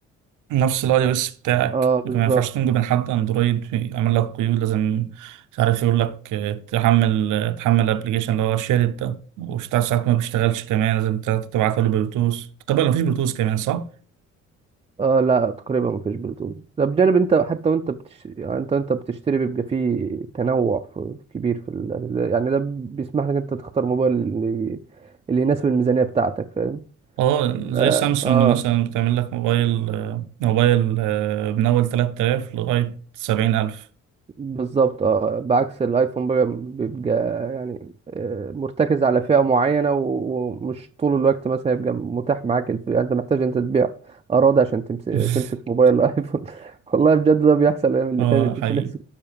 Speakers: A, on the right; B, on the right.
A: نفس الاي او اس بتاعك
B: اه بالظبط
A: لكن ما ينفعش تنجو من حد اندرويد يعمل لك قيود لازم مش عارف يقول لك آه، تحمل آه، تحمل الابلكيشن اللي هو شارد ده وشتاع ساعات ما بيشتغلش كمان لازم ت- تبعته له بلوتوث تقريبا مفيش بلوتوث كمان صح؟
B: اه لا تقريبا ما فيش بلوتوث ده بجانب انت حتى وانت بتش... يعني انت انت بتشتري بيبقى فيه تنوع في... كبير في ال... يعني ده بيسمح لك انت تختار موبايل اللي, اللي يناسب الميزانية بتاعتك فاهم
A: اه زي
B: اه,
A: سامسونج
B: آه
A: مثلا بتعمل لك موبايل آه، موبايل آه، من اول 3000 لغاية 70000
B: بالظبط اه بعكس الايفون بقى بيبقى يعني آه مرتكز على فئة معينة و... ومش طول الوقت مثلا يبقى متاح معاك الف... يعني انت محتاج انت تبيع اراضي عشان تمسك
A: <laughs>
B: تمسك موبايل الايفون <laughs> والله بجد ده بيحصل الايام اللي
A: اه
B: فاتت دي
A: حقيقي
B: في ناس